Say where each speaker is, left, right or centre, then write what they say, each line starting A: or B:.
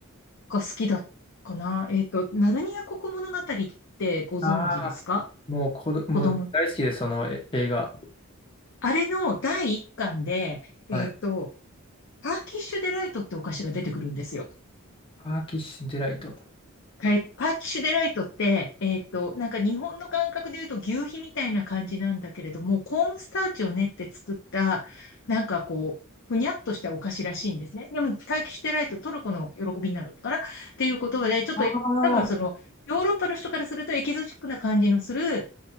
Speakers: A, on the left; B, on the left.
A: が好きだかな。えっと、ナルニア国物語ってご存知ですか
B: ああもう子ど、もう大好きです、
A: 子供。
B: そのえ映画。
A: あれの第一巻で、えっと、
B: はい。
A: ターキッシュデライトってお菓子が出てくるんですよ。
B: パーキッシュデライト。
A: はイパーキッシュデライトって、えっと、なんか日本の感覚で言うと求肥みたいな感じなんだけれども、コーンスターチを練って作った、なんかこう、ふにゃっとしたお菓子らしいんですね。でも、パーキッシュデライト、トルコの喜びになるのかなっていう言葉で、ちょっと多分その、
B: ああ、
A: ヨーロッパの人からするとエキゾチックな感じのする